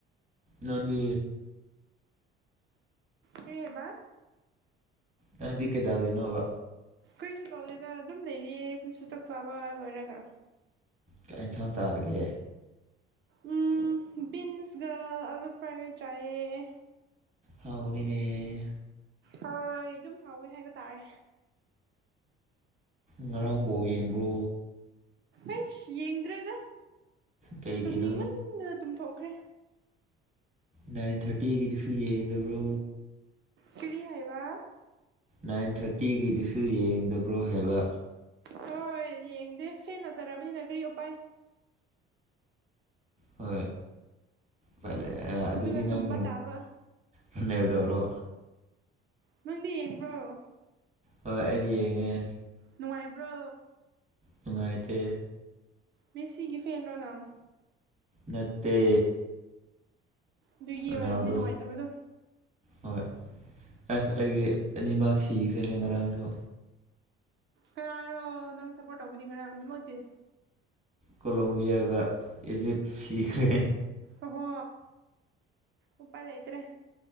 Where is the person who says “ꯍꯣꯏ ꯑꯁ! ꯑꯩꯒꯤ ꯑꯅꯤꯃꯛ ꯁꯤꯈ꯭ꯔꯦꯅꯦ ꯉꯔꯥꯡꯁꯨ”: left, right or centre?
Right